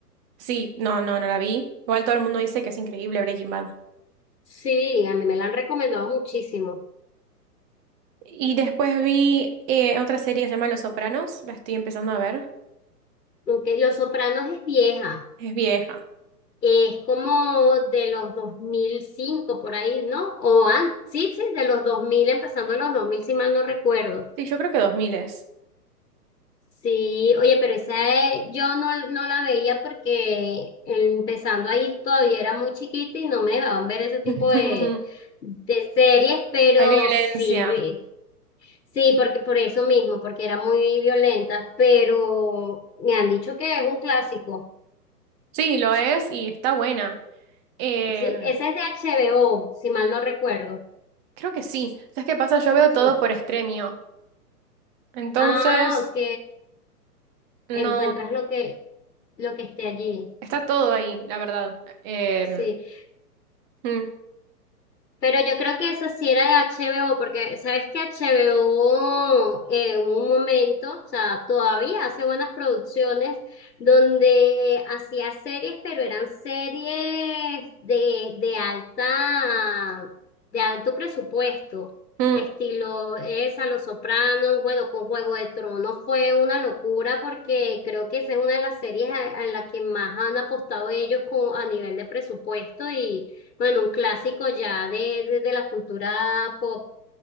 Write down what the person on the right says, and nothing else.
Sí, no, no, no la vi. Igual todo el mundo dice que es increíble Breaking Bad.
Y después vi eh, otra serie que se llama Los Sopranos. La estoy empezando a ver.
Es vieja.
Sí, yo creo que dos mil es.
<laughs>
Hay violencia.
Sí, lo es y está buena. Em,
creo que sí. ¿Sabes qué pasa? Yo veo
todo por Extremio. Entonces,
no.
Está todo ahí, la verdad. Em,
mm,
mm,